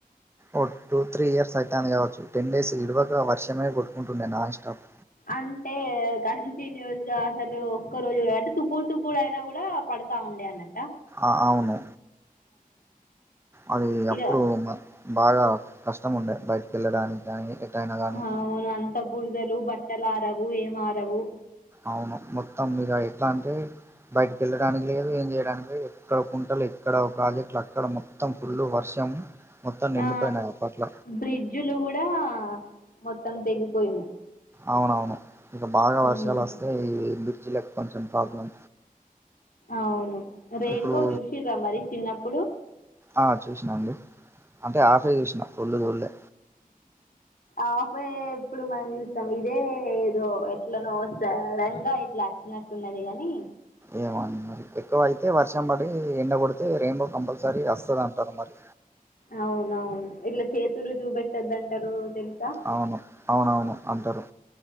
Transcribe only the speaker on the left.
అంటే కంటిన్యూస్గా అసలు ఒక్క రోజు కూడా అంటే తుప్పుడు తుప్పుడు అయినా కూడా పడు స్తా ఉండే అన్నట
ఇగ
అవును అంత బురదలు బట్టల ఆరవు ఏం ఆరవు
ఆ
బ్రిడ్జులు కూడా మొత్తం తెగిపోయినాయి
ఉమ్,
అవును రెయిన్బో
చూసిర్రా మరి చిన్నప్పుడు
ఆఫే ఎప్పుడు మనం చూస్తాం ఇదే దో ఎట్లనో సడన్ గా ఇట్లా అచ్చినట్టున్నది గానీ
అవునవును ఇట్లా చేతులు చూపెట్టద్దంటరు తెలుసా